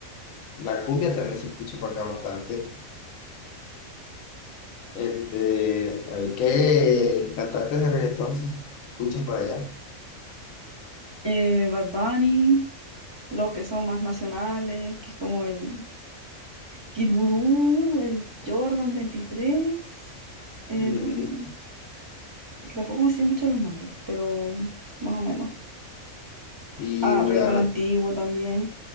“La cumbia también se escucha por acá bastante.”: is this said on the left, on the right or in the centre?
Left